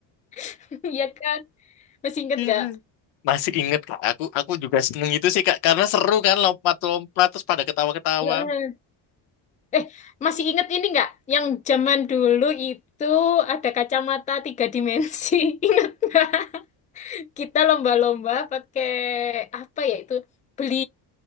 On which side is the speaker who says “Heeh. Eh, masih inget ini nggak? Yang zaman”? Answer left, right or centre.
Left